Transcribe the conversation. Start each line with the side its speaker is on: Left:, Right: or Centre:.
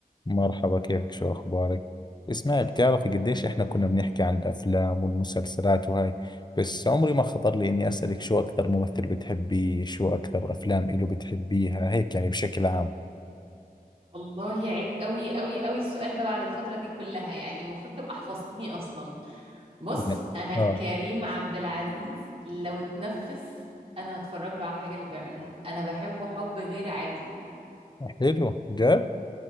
Left: مرحبا كيفك شو أخبارك؟ اسمعي بتعرفي قديش إحنا كنا بنحكي عن الأفلام والمسلسلات وهاي بس عمري ما خطر لي إني أسألك شو أكثر ممثل بتحبيه شو أكثر أفلام إله بتحبيها هيك يعني بشكل عام
Right: والله عيب قوي قوي قوي السؤال ده بعد الفترة دي كلها يعني المفروض تبقى حفظتني أصلا بص
Left: لا.
Right: أنا
Left: آه
Right: كريم عبد العزيز لو اتنفس أنا هتفرج له على الحاجة اللي بيعملها أنا بحبه حب غير عادي
Left: حلو جد؟